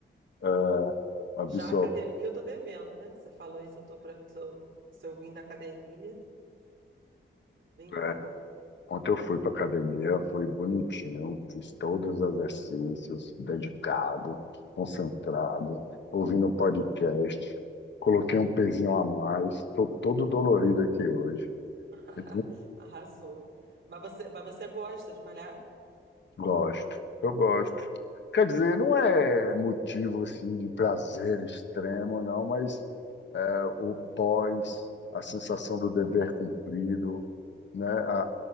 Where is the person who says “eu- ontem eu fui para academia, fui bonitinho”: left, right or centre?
Left